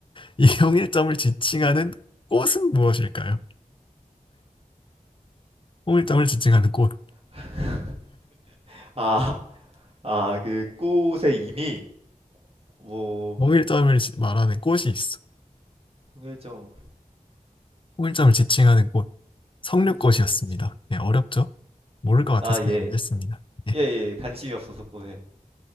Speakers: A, on the left; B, on the right.
A: 이 홍일점을 지칭하는 꽃은 무엇일까요? 홍일점을 지칭하는 꽃.
B: <laughs> 아 아 그 꽃의 이미 뭐
A: 홍일점을 지- 말하는 꽃이 있어.
B: 홍일점
A: 홍일점을 지칭하는 꽃. 석류꽃이었습니다.
B: 홍일점 외시츠
A: 네, 어렵죠? 모를 것 같아서
B: 아예예예
A: 그냥 얘기했습니다. 네.
B: 예, 예. 예. 관심이 없어서 꽃에